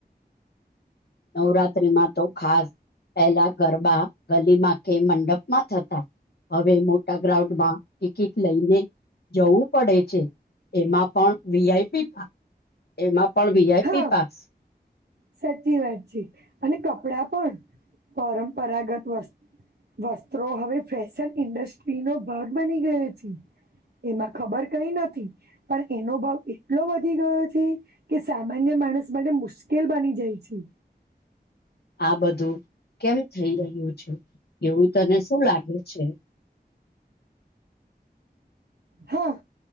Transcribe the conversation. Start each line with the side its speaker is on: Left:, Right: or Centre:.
Left: નવરાત્રીમાં તો ખાસ પહેલા ગરબા ગલીમાં કે મંડપ માં થતા હવે મોટા ગ્રાઉન્ડ માં કિકિટ લઈને જવું પડે છે. એમાં પણ વીઆઈપી એમાં પણ વીઆઈપી
Right: હા
Left: પાસ
Right: સાચી વાત છે. અને કપડા પણ પરંપરાગત વસ્તુ વસ્ત્રો હવે ફેશન ઇન્ડસ્ટ્રીનોો ભાગ બની ગયો છે. એમાં ખબર કઈ નથી પણ એનો ભાવ એટલો વધી ગયો છે. કે સામાન્ય માણસ માટે મુશ્કેલ બની જાય છે.
Left: આ બધું કેમ થઈ રહ્યું છે એવું તને શું લાગે છે.
Right: હા